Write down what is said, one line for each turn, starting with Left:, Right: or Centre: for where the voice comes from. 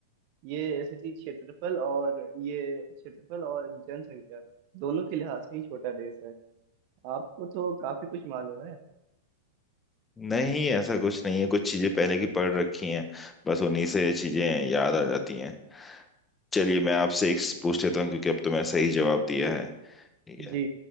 Right: ये सिटी क्षेत्रफल और ये क्षेत्रफल और जनसंख्या दोनों के लिहाज से ही छोटा देश है आपको तो काफी कुछ मालूम है
Left: नहीं ऐसा कुछ नहीं है कुछ चीजें पहले की पढ़ रखी हैं बस उन्हीं से चीजें याद आ जाती हैं चलिए मैं आपसे एक पूछ लेता हूँ क्योंकि अब तो मैंने सही जवाब दिया है ठीक है
Right: जी